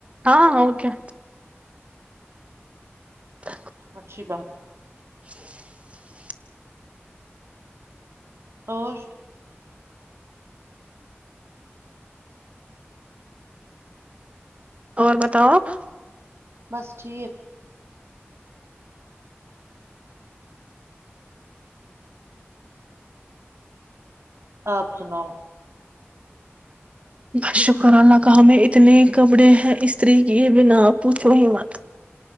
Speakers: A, on the right; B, on the right.
A: ہاں اوکے ہ
B: اچھی بات ہے
A: ج
B: اور
A: اور بتاؤ آپ
B: بس ٹھیک آپ سناؤ
A: ب شکر اللہ کہا ہم اتنے کپڑے ہیں استری کی یہ بنا آپ پوچھو ہی مت